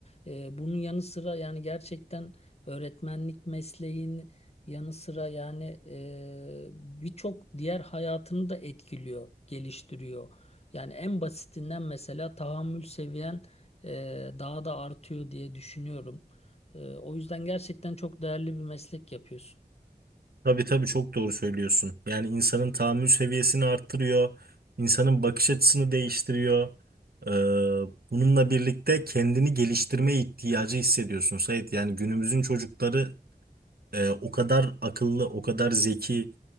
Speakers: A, on the left; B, on the right.
A: Ee, bunun yanı sıra yani gerçekten öğretmenlik mesleğin yanı sıra yani e, birçok diğer hayatını da etkiliyor, geliştiriyor. Yani en basitinden mesela tahammül seviyen e, daha da artıyor diye düşünüyorum. Ee, o yüzden gerçekten çok değerli bir meslek yapıyorsun.
B: Tabii tabii çok doğru söylüyorsun. Yani insanın tahammül seviyesini arttırıyor, insanın bakış açısını değiştiriyor. Ee, bununla birlikte kendini geliştirme ihtiyacı hissediyorsun Sait. Yani günümüzün çocukları e, o kadar akıllı, o kadar zeki,